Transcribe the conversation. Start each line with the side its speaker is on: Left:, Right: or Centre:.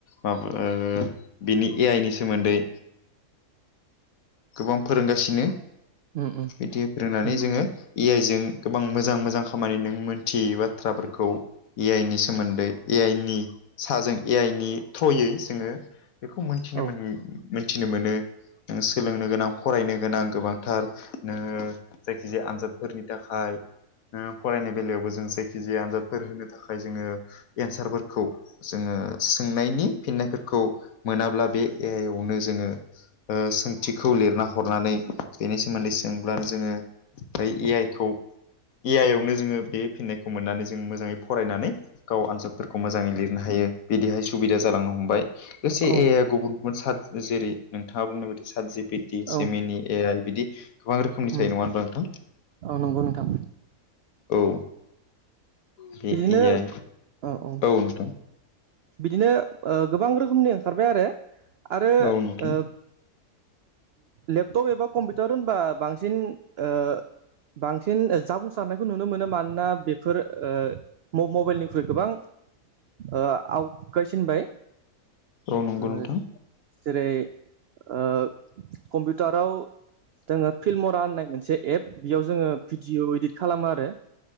Left: माबा ओ बिनि ए आइ नि सोमोन्दै गोबां फोरोंगासिनो
Right: उम उम
Left: बिदि फोरोंनानै
Right: नंगौ
Left: जोङो
Right: नोंथां
Left: इ आइ जों गोबां मोजां मोजां खामानि नों मोनथियै बाथ्राफोरखौ ए आइ नि सोमोन्दै ए आइ नि साजों ए आइ नि थ्रयै जोङो बेखौ मोनथिनो
Right: औ
Left: मोन मोनथिनो मोनो नों सोलोंनो गोनां फरायनो गोनां गोबांथार नोङो जायखिजाया आनजादफोरनि थाखाय नोङो फरायनाय बेलायावबो जों जायखिजाया आनजादफोर होनो थाखाय जोङो एन्सारफोरखौ जोङो सोंनायनि फिन्नायफोरखौ मोनाब्ला बे ए आइ यावनो जोङो ओ सों- थिखौ लिरना हरनानै बेनि सोमोन्दै सोंब्लानो जोङो बै ए आइ खौ ए आइ यावनो जोङो बे फिननायखौ मोननानै जों मोजाङै फरायनानै गाव आनजादफोरखौ मोजाङै लिरनो हायो बिदिहाय सुबिदा जालांनो हमबाय लोगोसे
Right: औ
Left: ए आइ आ गुबुन सात जेरै नोंथाङा बुंनाय बादि सातजिपिटि जेमिनि
Right: औ
Left: ए आइ बिदि गोबां रोखोमनि
Right: उम
Left: थायो नङा होनबा नोंथां
Right: औ नंगौ नोंथां
Left: औ बे
Right: बिदिनो
Left: ए आइ
Right: औ औ
Left: औ नोंथां
Right: बिदिनो ओ गोबां रोखोमनि ओंखारबाय आरो आरो
Left: औ नोंथां
Right: ओ लेपटप एबा कम्पिउटार होनबा बांसिन ओ बांसिन जाफुंसारनायखौ नुनो मोनो मानोना बेफोर ओ म मबाइलनिख्रुइ गोबां ओ आवगायसिनबाय
Left: औ नंगौ
Right: ओ
Left: नोंथां
Right: जेरै ओ कम्पिउटाराव जोङो फिल्मरा होननाय मोनसे एप बेयाव जोङो भिडिअ' इदिट खालामो आरो